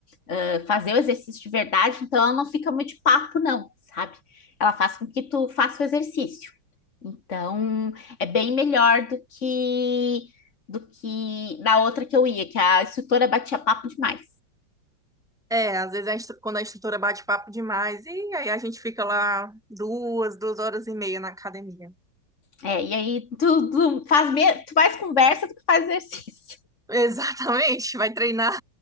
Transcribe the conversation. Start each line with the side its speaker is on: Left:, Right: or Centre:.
Left: uh, fazer o exercício de verdade. Então, ela não fica muito de papo, não, sabe? Ela faz com que tu faça o exercício. Então, é bem melhor do que do que na outra que eu ia, que a instrutora batia papo demais.
Centre: É, às vezes a instru- quando a instrutora bate papo demais, e aí a gente fica lá duas, duas horas e meia na academia.
Left: É, e aí tu, tu faz me- tu faz conversa do que faz exercício
Centre: Exatamente, vai treinar,